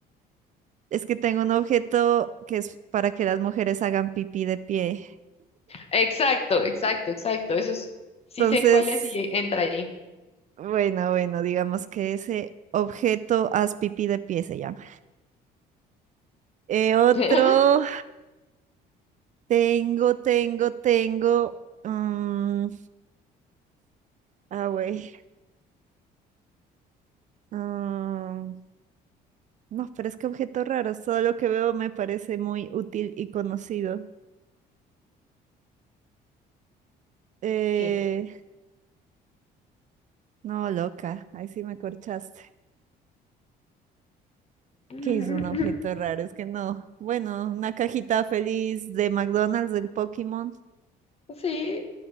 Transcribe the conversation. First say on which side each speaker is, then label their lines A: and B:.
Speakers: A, on the right; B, on the left.
A: Es que tengo un objeto que es para que las mujeres hagan pipí de pie.
B: Exacto, exacto, exacto. Eso es, sí
A: Entonces,
B: sé cuál es y entra ahí.
A: bueno, bueno, digamos que ese objeto haz pipí de pie se llama. Eh, otro,
B: <laughs>
A: tengo, tengo, tengo. mm, ah, güey. mm, no, pero es que objeto raro. Todo lo que veo me parece muy útil y conocido. Eh,
B: ¿Qué?
A: no, loca. Ahí sí me corchaste.
B: <laughs>
A: ¿Qué es un objeto raro? Es que no. Bueno, una cajita feliz de McDonald's del Pokémon.
B: Sí,